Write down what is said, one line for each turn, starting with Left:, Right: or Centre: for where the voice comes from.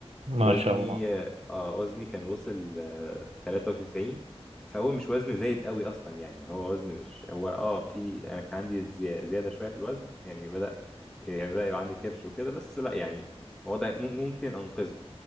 Right: ما
Centre: وزني
Right: شاء الله
Centre: اه وزني كان وصل آه 93 فهو مش وزن زايد قوي اصلا يعني ان هو وزن مش هو اه في انا كان عندي زي- زياده شويه في الوزن يعني بدأ يعني بدأ يبقى عندي كرش وكده بس لا يعني هو ده مم- ممكن انقذه